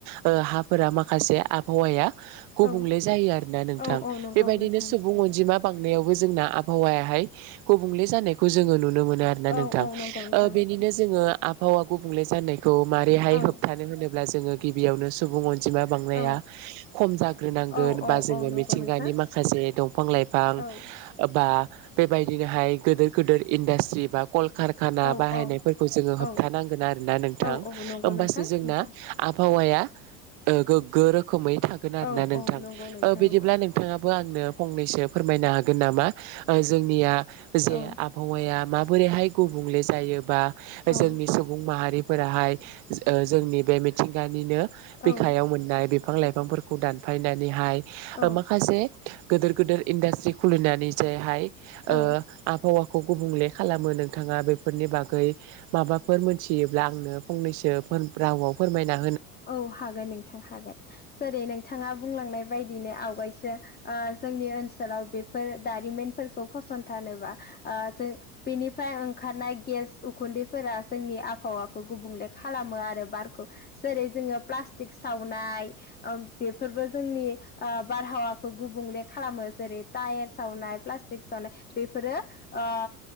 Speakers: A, on the right; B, on the left.
A: ओ हाफोरा माखासे आबहावाया गुबुंले
B: औ
A: जायो आरोना नोंथां
B: औ औ नंगौ
A: बेबायदिनो
B: नोंथां
A: सुबुं
B: नंगौ
A: अनजिमा बांनायावबो जोंना आबहावाया हाय गुबुंले जानायखौ जों नुनो मोन आरोना
B: औ
A: नोंथां
B: औ
A: ।
B: नंगौ नोंथां
A: ओ
B: नंगौ
A: बेनि नों जोङो आ आबावा गुबुंले जानायखौ मारोरैहाय
B: औ
A: होबथानो होनोब्ला जोङो गिबियावनो सुबुं अन जिमा बांनाया
B: औ
A: खम जाग्रोनांगोन
B: औ
A: बा जोङो
B: औ नंगौ
A: मिथिंगानि
B: नोंथां
A: माखासे दंफां लाइफां
B: औ
A: बा बेबायदिनोहाय गिदिर गिदिर इनडास्ट्रि बा कल कारखाना
B: औ
A: बाहायनायफोरखौ
B: औ
A: जोङो होबथानांगोन
B: औ
A: आरोना नोंथां
B: औ औ नंगौ
A: होमबासो
B: नोंथां
A: जोंना
B: नंगौ
A: आबहावाया ओ गोग्गो रोखोमै थागोन आरोना
B: औ
A: नोंथां
B: औ नंगौ नोंथां
A: बिदिब्ला
B: नंगौ
A: नोंथाङाबो आंनो फंनैसो फोरमायनो हागोन नामा जोंनिया जे
B: औ
A: आबहावाया मा बोरैहाय गुबुंले जायोबा जोंनि
B: औ
A: सुबुं माहारिफोराहाय ओ जोंनि बे मिथिंगानिनो बिखायाव
B: औ
A: मोननाय बिफां लाइफांफोरखौ दानफायनानैहाय
B: औ
A: माखासे गिदोर गिदिर इन्डास्ट्रि खुलिनानै जायहाय
B: औ
A: ओ आबहावा खौ गुबुंले खालामो नोंथाङा बेफोरनि बागै माबाफोर मोनथियोब्ला आंनो फंनैसो रावाव फोरमायना
B: औ हागोन नोंथां हागोन जेरै नोंथाङा बुंलांनाय बायदिनो आव गायसो ओ जोंनि ओनसोलाव बेफोर दारिमिनफोरखौ फसंथानोबा ओ जों बेनिफ्राय ओंखारनाय गेस उखुन्दैफोरा जोंनि आबहावाखौ गुबुंले खालामो आरो बारखौ जेरै जोङो प्लास्टिक सावनाय ओ बेफोरबो जोंनि बारहावाखौ गुबुं ले खालामो जै टायेर सावनाय प्लासटिक सावनाय बेफोरो ओ